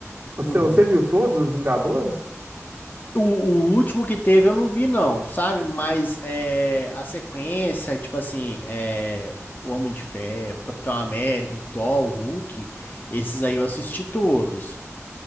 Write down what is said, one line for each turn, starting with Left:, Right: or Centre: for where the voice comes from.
Right: Você,
Left: Uhum.
Right: você viu todos os Vingadores?
Left: O, o último que teve eu não vi, não, sabe? Mas é, a sequência, tipo assim, é, o Homem de Ferro, Capitão América, o Thor, o Hulk, esses aí eu assisti todos.